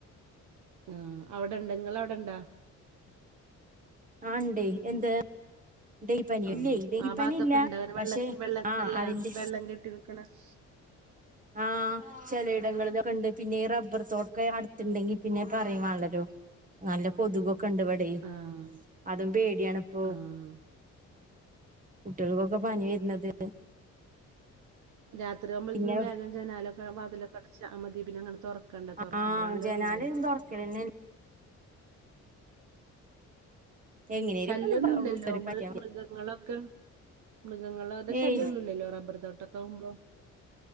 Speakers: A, on the right (about 75°); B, on the right (about 25°).
A: ആ അവിടെണ്ട ഇങ്ങളഅവിടെണ്ടാ
B: ആ ണ്ടെ എന്ത് ഡെങ്കിപ്പനി
A: ആ
B: ഇല്ലേ ഡെങ്കിപ്പനി
A: ആ ഭാത്തൊക്കെ
B: ഇല്ല
A: ഇണ്ടാ ങ്ങനെ വെള്ളം
B: പക്ഷെ
A: വെള്ളം
B: ആ
A: അല്ല
B: അതിന്റെ
A: വെള്ളം കെട്ടി നി ക്കണ !!
B: ആ ചെലയിടങ്ങളിലൊകണ്ട് പിന്നെ റബ്ബർ തോ അടുത്തിട്ടെങ്കി പറയിം വാണ്ടല്ലോ നല്ല കൊതുകൊക്കെ ണ്ട് വിടെ
A: ആഹ്
B: അതും പേടിയണിപ്പൊ
A: ആഹ്
B: കുട്ടികൾക്കൊക്കെ പനി വരുന്നത്
A: രാത്രിയാവുമ്പോ
B: പിന്നെ
A: വേഗം ജനാലൊക്കെ വാതിലക്കെ അടിച്ചാ മതി പിന്നെ അങ്ങനെ തുറക്കണ്ട തുറക്കുമ്പോളാണല്ലോ
B: ആ ജനാല
A: വര
B: <unintelligible> എങ്ങനേലൊക്കെ
A: ശല്യന്നൂല്ലല്ലോ
B: ഒന്ന് കേറി
A: മൃ
B: പറ്റിയാ മതി
A: മൃഗങ്ങളൊക്കെ മൃഗങ്ങളുടെ
B: ഏയ്
A: ശല്യന്നുംല്ലല്ലോ റബ്ബർത്തോ ട്ടൊക്കെ ആവുമ്പോ